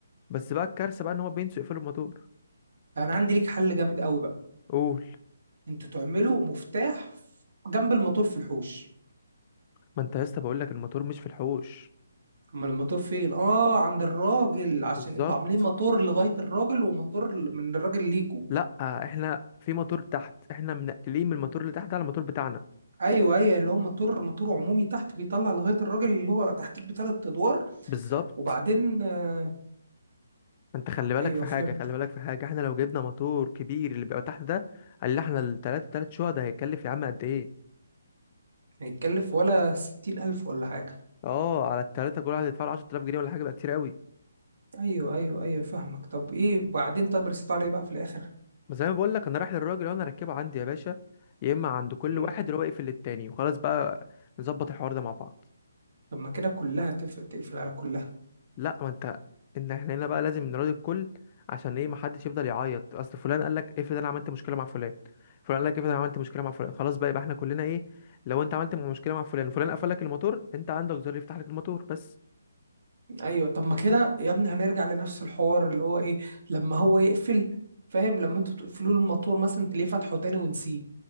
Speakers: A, on the left (about 30°); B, on the right (about 65°).
A: بس بقى الكارثه بقى ان هو بينسوا يقفلوا الموتور
B: انا عندي ليك حل جامد قوي بقى
A: قول
B: انتوا تعملوا مفتاح جنب الموتور في الحوش
A: ما انت يا اسطى بقول لك الموتور مش في الحوش
B: امال الموتور فين اه عند الراجل عشان
A: بالظبط
B: انتوا عاملين موتور لغاية الراجل وموتور من الراجل ليكوا
A: لا احنا في موتور تحت احنا منقلين من الموتور اللي تحت على الموتور بتاعنا
B: ايوه ايوه اللي هو موتور موتور عمومي تحت بيطلع لغاية الراجل اللي هو تحتيك بثلاث ادوار
A: بالظبط
B: وبعدين آه
A: انت خلي بالك
B: ايوه
A: في
B: فهمت
A: حاجه خلي بالك في حاجه احنا لو جبنا موتور كبير اللي بيبقى تحت ده قال لي احنا التلاته تلات شقق ده هيكلف يا عم قد ايه
B: هيتكلف ولا ستين الف ولا حاجة
A: اه على التلاته كل واحد يدفع له 10000 جنيه ولا حاجه بقى كتير قوي
B: ايوه ايوه ايوه فاهمك طب ايه بعدين طب رسيتوا على ايه بقى في الاخر
A: بس زي ما بقول لك انا رايح للراجل وانا اركبه عندي يا باشا يا اما عند كل
B: مم.
A: واحد اللي هو يقفل للتاني وخلاص بقى نظبط الحوار ده مع بعض
B: طب ما كده كلها تف- تقفل على كلها
A: لا ما انت ان احنا هنا بقى لازم نراضي الكل عشان ايه ما حدش يفضل يعيط اصل فلان قال لك افرض انا عملت مشكله مع فلان فلان قال لك افرض انا عملت مشكله مع فلان خلاص بقى يبقى احنا كلنا ايه لو انت عملت مشكله مع فلان فلان قفل لك الموتور انت عندك زر يفتح لك الموتور بس
B: ايوه طب ما كده يا ابني هنرجع لنفس الحوار اللي هو ايه لما هو يقفل فاهم لما انتوا تقفلوا له الموتور مثلا تلاقيه فتحه تاني ونسيه